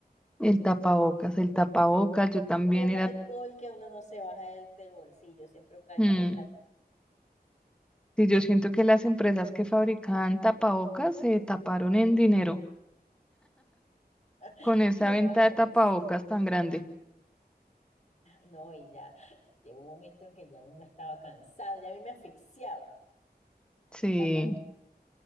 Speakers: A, in the centre; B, on the left.
A: El tapabocas, el tapabocas, yo también
B: Y un
A: era...
B: alcohol que uno no se baja del, del bolsillo, siempre un alcohol.
A: mm,
B: en La...
A: Sí, yo siento que las empresas que fabricaban tapabocas se taparon en dinero
B: <laughs>
A: con esa
B: Y lo
A: venta de
B: que-
A: tapabocas
B: sí.
A: tan grande.
B: No, y ya llegó un momento en que ya uno estaba cansado, ya a mí me asfixiaba el
A: Sí.
B: tapabocas.